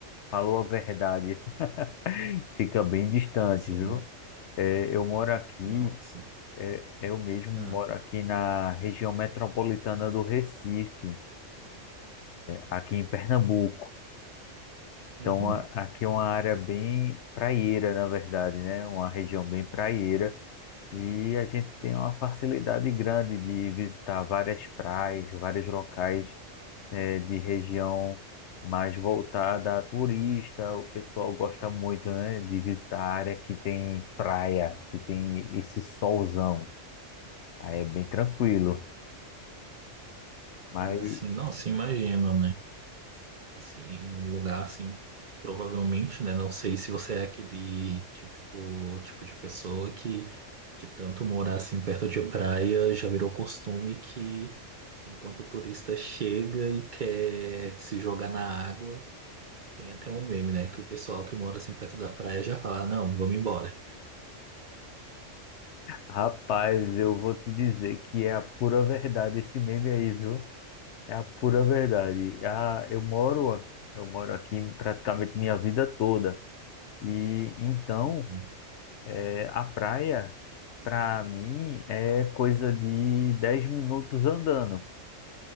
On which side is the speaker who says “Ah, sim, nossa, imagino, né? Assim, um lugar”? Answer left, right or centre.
Right